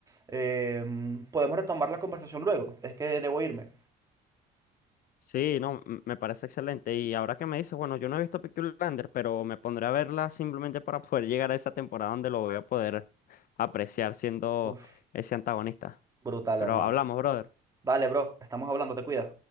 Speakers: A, on the right; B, on the left.
A: Em, podemos retomar la conversación luego, es que debo irme.
B: Sí, no, m- me parece excelente. Y ahora que me dices, bueno, yo no he visto Peaky Blinders, pero me pondré a verla simplemente para poder llegar a esa temporada donde lo voy a poder apreciar siendo
A: ¡Uf!
B: ese antagonista.
A: Brutal,
B: Pero
A: hermano.
B: hablamos, brother.
A: Dale, bro, estamos hablando, te cuidas.